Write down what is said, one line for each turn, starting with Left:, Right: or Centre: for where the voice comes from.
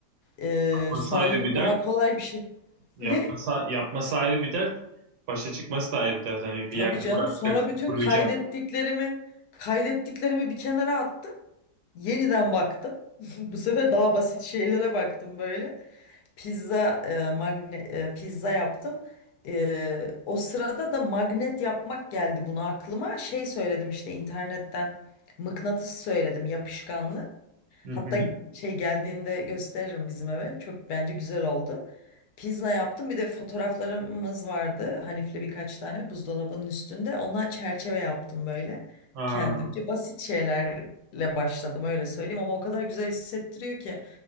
Left: Ee,
Right: Yapması
Left: sonra
Right: ayrı
Left: dedim
Right: bir
Left: daha
Right: dert.
Left: kolay bir şey.
Right: Yapması,
Left: Ne?
Right: yapması ayrı bir dert. Başa çıkması da ayrı bir dert. Hani
Left: Tabii
Right: bir yerde
Left: canım.
Right: bırakacaksın,
Left: Sonra bütün
Right: kuruyacak.
Left: kaydettiklerimi kaydettiklerimi bir kenara attım. Yeniden baktım. <laughs> Bu sefer daha basit şeylere baktım böyle. Pizza e, magne e, pizza yaptım. E, o sırada da magnet yapmak geldi buna aklıma. Şey söyledim işte internetten mıknatıs söyledim yapışkanlı.
Right: Hı
Left: Hatta
Right: hı.
Left: şey geldiğinde gösteririm bizim eve. Çok bence güzel oldu. Pizza yaptım. Bir de fotoğraflarımız vardı. Hanif'le birkaç tane buzdolabının üstünde. Ona çerçeve yaptım böyle
Right: Aa,
Left: kendimce. Basit şeylerle başladım öyle söyleyeyim ama o kadar güzel hissettiriyor ki